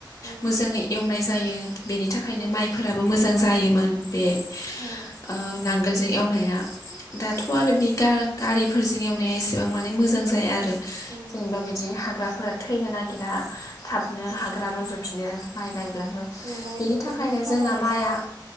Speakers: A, on the right (about 85°); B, on the left (about 40°).
A: औ
B: मोजाङै एवनाय जायो । बेनि थाखायनो
A: औ
B: माइफोराबो मोजां जायोमोन बे
A: औ
B: ओ नांगोलजों एवनाया दाथ' आरो बे गा गारिफोरजों एवनाया एसेबां माने मोजां जाया आरो ।
A: नंगौ
B: जेनेबा बिदि हाग्राफोरा थैनो नागिरा । थाबनो
A: औ
B: हाग्रा रज'फिनो माइ गायब्लाबो
A: औ माने
B: बेनि
A: ट्रेक्टरनि
B: थाखायनो
A: फालानो
B: जोंना माइआ
A: औ